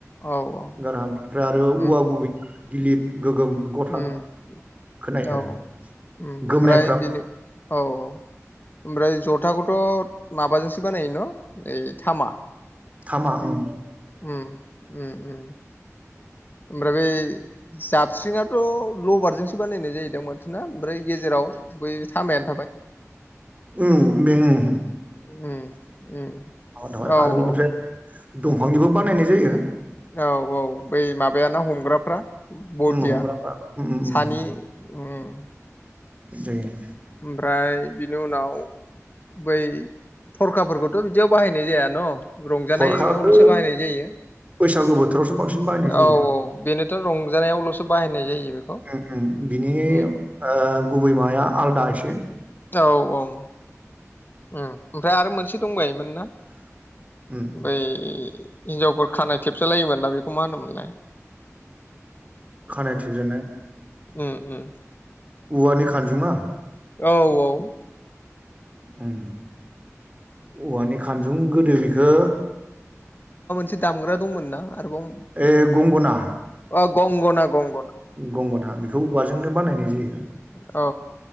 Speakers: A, on the left (about 40°); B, on the right (about 25°).
A: औ औ
B: गारहाम बेनिफ्राय आरो औवा
A: उम
B: गुबै। गिलिर गोगोम गथा
A: उम
B: खोनायो
A: औ। ओम
B: आरो
A: ओमफ्राय
B: गोमनायफ्रा
A: दिनो औ औ ओमफ्राय जथाखौथ'। माबाजोंसो बानायानयो न' ओइ थामा।
B: थामा उम।
A: उम उम उम। ओमफ्राय बै जाबस्रिङाथ' लबारजोंसो। बानायनाय जायोदों मानथोना ओमफ्राय गेजेराव बै थामाया।
B: उम बे उम।
A: उम उम
B: थाबाय
A: औ
B: आरो बेनिफ्राय
A: औ।
B: दंफांनिबो बानायनाय जायो
A: औ औ बै माबायाना हमग्राफ्रा। बरदिया
B: ओम हमग्राफ्रा ओम ओम ओम
A: सानि ओम।
B: जायो
A: ओमफ्राय बिनि उनाव बै। थरखाफोरखौथ' बिदियाव बाहायनाय जाया न' रंजानायावल'सो
B: थरखाखौ
A: बाहायनाय जायो।
B: बैसागु बोथोरावसो बांसिन बाहायनाय जायो
A: औ
B: बेखौ
A: औ बेनोथ' रंजानायावल'सो बाहायनाय जायो। बेखौ
B: उम उम बिनि
A: उम
B: ओ गुबै माबाया आलादा एसे।
A: औ औ ओम ओमफ्राय आरो मोनसे दंबायोमोन। ना
B: ओम
A: बै हिनजावफोर खानाय थेबसालायोमोन ना बे। खौ मा होनो मोनलाय।
B: खानाय थेबजेनन्नाय।
A: ओम ओम।
B: औवानि खानजुङा।
A: औ औ।
B: उम। औवानि खानजुं गोदो बिखो।
A: से दामग्रा दंमोन ना। आरोबाव
B: ए गंगोना।
A: अ गंगना गं।
B: गंगोनना बेखौ औवाजोंनो बानायनाय जायो।
A: औ